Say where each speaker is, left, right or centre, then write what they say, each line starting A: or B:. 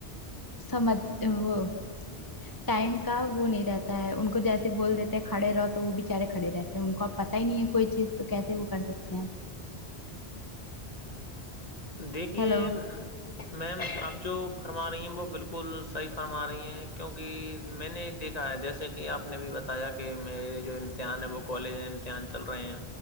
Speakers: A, on the left (about 20°); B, on the left (about 35°).
A: سمجھ وہ ٹائم کا وہ نہیں رہتا ہے ان کو جیسے بول دیتے ہیں کھڑے رہو تو وہ بچارے کھڑے رہتے ان کو اب پتہ ہی نہیں ہے کوئی چیز تو کیسے وہ کر سکتے ہیں
B: دیکھیے
A: ہیلو
B: میم آپ جو فرما رہی ہیں وہ بالکل صحیح فرما رہی ہیں کیونکی میں نے دیکھ آں جیسے کہ آپ نے بھی بتایا کہ میرے جو امتحان ہے وہ کالج میں امتحان چل رہے ہیں